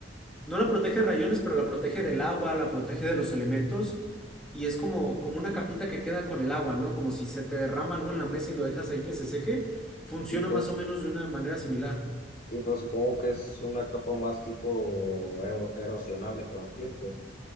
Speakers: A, in the centre; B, on the left (about 60°).
A: No la protege de rayones, pero la protege del agua, la protege de los elementos. Y es como, como una capita que queda con el agua, ¿no? Como si se te derrama algo en la mesa y lo dejas ahí que se seque. Funciona
B: Y pues,
A: más o menos de una manera similar.
B: y pues supongo que es una capa más tipo ero- erosionable con el tiempo.